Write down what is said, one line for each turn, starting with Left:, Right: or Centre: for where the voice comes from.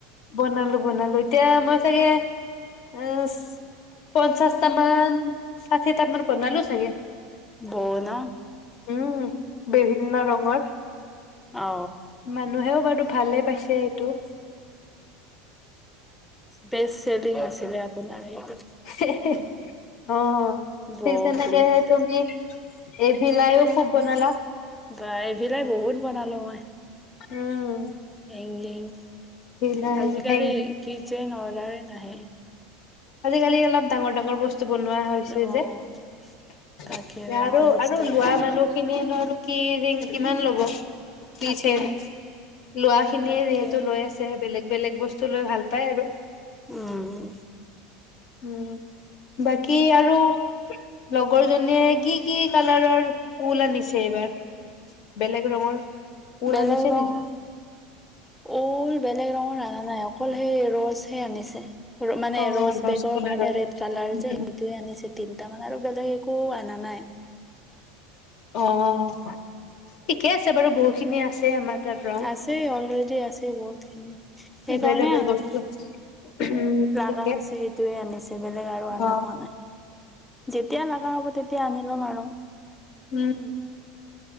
Left: বনালোঁ বনালোঁ, এতিয়া মই চাগে অ' পঞ্চাছ তামান ছাঠি তামান বনালোঁ চাগে।
Centre: ব' না
Left: উম, বিভিন্ন ৰঙৰ মা
Centre: অ
Left: মানুহেও বাৰু ভালে পাইছে এইটো।
Centre: বেচ্ চেলিং আছিলে আপোনাৰ সেইটো।
Left: <unintelligible> অহ,
Centre: বৌ
Left: ঠিক তেনেদৰে
Centre: ক্লিপটো
Left: তুমি এফিলাইও খুব বনাল।
Centre: বাহ এইবিলাই বহুত বনালোঁ মই।
Left: উম।
Centre: হেংগিং
Left: ভিলাই
Centre: আজিকালি
Left: হেংচিং
Centre: কিচেন অৰ্ডাৰ নাহে।
Left: আজিকালি অলপ ডাঙৰ ডাঙৰ বস্তু বনোৱা হৈছে
Centre: অ
Left: যে, ই
Centre: তাকে ডাঙৰ
Left: আৰু-আৰু
Centre: বস্তুৱে
Left: লোৱা
Centre: আহে
Left: মানুহ কিনি আনা আৰু কি ৰিং কিমান ল'ব।
Centre: তাকে
Left: কি চেট লোৱা খিনিয়ে
Centre: তাকে
Left: যিহেতু লৈ আছে বেলেগ-বেলেগ বস্তু বস্তু লৈ ভাল পায় আৰু।
Centre: উম।
Left: উম, বাকী আৰু লগৰ জনীয়ে কি কি কালাৰৰ ঊল আনিছে এইবাৰ। বেলেগ ৰঙৰ। ঊল
Centre: বেলেগ
Left: আনিছে
Centre: ৰং
Left: নেকি
Centre: ঊল বেলেগ ৰঙৰ আনা নাই, অকল সেই ৰচ হে আনিছে। মানে
Left: অ
Centre: ৰজ্
Left: ৰস
Centre: বেগৰ কাৰণে ৰেড কালাৰ
Left: কালাৰৰ
Centre: যে সেইটোয়ে আনিছে তিনটা মানে আৰু বেলেগ একো আনা নাই।
Left: অহ, ঠিকে আছে বাৰু বহুখিনি আছে আমাৰ। তাত ৰং
Centre: আছে অলৰেডি আছে বহুতখিনি, সেইকাৰণে
Left: এভেইলেবল
Centre: আনা
Left: বস্তু
Centre: নাই।
Left: আছে উম,
Centre: আনা
Left: <unintelligible>
Centre: হৈছে সেইটোৱে আনিছে বেলেগ আৰু আনা
Left: অ
Centre: হোৱা নাই, যেতিয়া লগা হ'ব তেতিয়া তেতিয়া আনি ল'ম আৰু।
Left: উম।